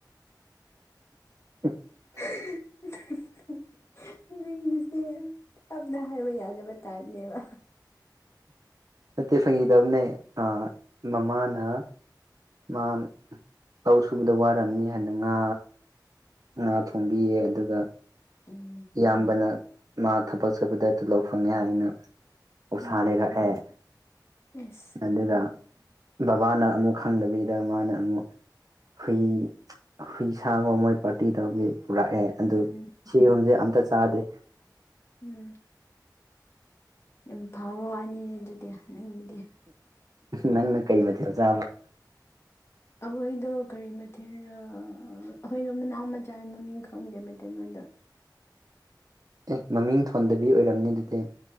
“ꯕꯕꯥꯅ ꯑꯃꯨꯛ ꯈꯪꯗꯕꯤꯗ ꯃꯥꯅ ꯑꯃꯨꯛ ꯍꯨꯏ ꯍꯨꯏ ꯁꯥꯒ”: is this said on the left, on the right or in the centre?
Right